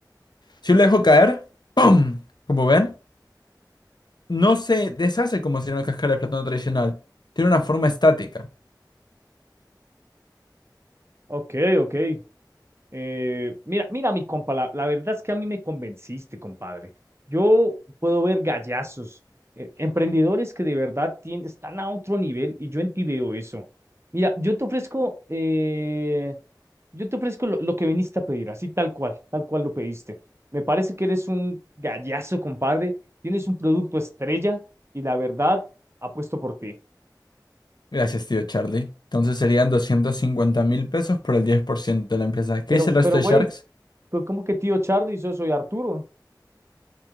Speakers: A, on the left; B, on the right.
A: Si yo la dejo caer, ¡pum! Como ven, no se deshace como si era una cáscara de plátano tradicional. Tiene una forma estática.
B: Ok, ok. Eh, mira, mira, mi compa, la, la verdad es que a mí me convenciste, compadre. Yo puedo ver gallazos, eh, emprendedores que de verdad tienen, están a otro nivel y yo en ti veo eso. Mira, yo te ofrezco, eh, yo te ofrezco lo, lo que viniste a pedir, así tal cual, tal cual lo pediste. Me parece que eres un gallazo, compadre. Tienes un producto estrella y la verdad apuesto por ti.
A: Gracias, tío Charlie. Entonces serían doscientos cincuenta mil pesos por el 10% de la empresa. ¿Qué
B: Pero,
A: dice el resto
B: pero,
A: de
B: güey,
A: Sharks?
B: co- ¿cómo que tío Charlie? Yo soy Arturo.